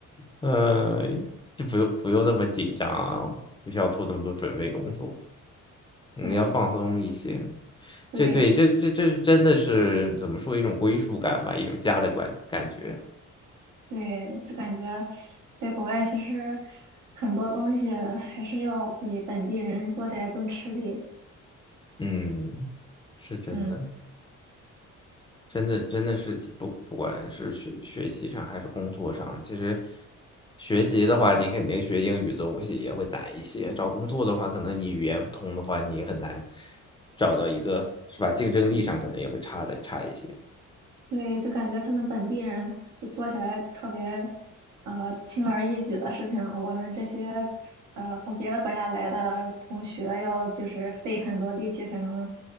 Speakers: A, on the left; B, on the right.
A: 呃就不用不用那么紧张啊，不需要做那么多准备工作，你要放松一些。
B: 对对
A: 这对，这这这是真的是怎么说一种归属感吧，一种家的感感觉。
B: 对，就感觉在国外其实很多东西还是要比本地人做起来更吃力。
A: 嗯，是真的，
B: 嗯。
A: 真的真的是不不管是学学习上还是工作上，其实学习的话，你肯定学英语的东西也会难一些。找工作的话，可能你语言不通的话，你很难找到一个，是吧？竞争力上可能也会差的差一些，
B: 对，就感觉他们本地人就做起来特别，呃，轻而易举的事情，我们这些，呃，从别的国家来的同学要就是费很多力气才能，